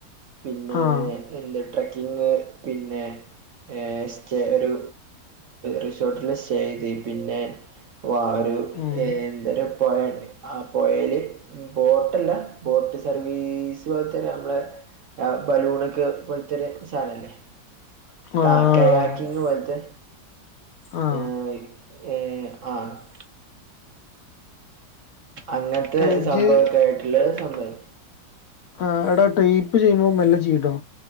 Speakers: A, on the right; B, on the left.
A: പിന്നെ
B: ആഹ്
A: എന്ത ട്രക്കിങ് പിന്നെ- പിന്നെ സ്റ്റേ ഒരു റിസോർട്ടില് സ്റ്റേ ചെയ്ത് പിന്നെ- ഒരു
B: ഉം
A: ഏന്തൊരു പൊയയുണ്ട് <unintelligible> ആ പോയേല് ബോട്ടല്ല ബോട്ട് സർവീസ് പോലത്തെ നമ്മളെ- ആ ബലൂണൊക്കെ പോലത്തൊരു സാധനല്ലേ- ക
B: ആഹ് ആഹ്
A: കയാ <unintelligible> ക്കിങ് പൊലത്തെ
B: അഹ്
A: ഏ ഏർ ആ <unintelligible> അങ്ങനത്തെ
B: ഇജ്ജ്
A: സംഭവയൊക്കെയായിട്ടുള്ള ഒരു സംഭവം
B: ആ എടാ ടൈപ്പ് ചെയ്യുമ്പോ മെല്ല ചെയീട്ടോ